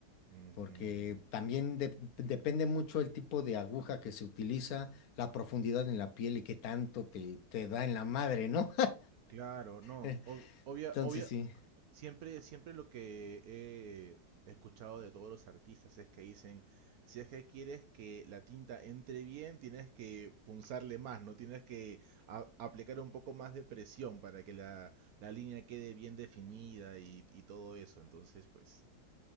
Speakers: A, on the right; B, on the left.
A: Ujú.
B: porque también de- depende mucho el tipo de aguja que se utiliza, la profundidad en la piel y qué tanto te, te da en la madre, ¿no?
A: Claro, no,
B: <laughs>
A: ob- obvia,
B: Entonces
A: obvia-
B: sí.
A: Siempre, siempre lo que he escuchado de todos los artistas es que dicen, si es que quieres que la tinta entre bien, tienes que punzarle más, ¿no? Tienes que a- aplicar un poco más de presión para que la, la línea quede bien definida y, y todo eso. Entonces, pues,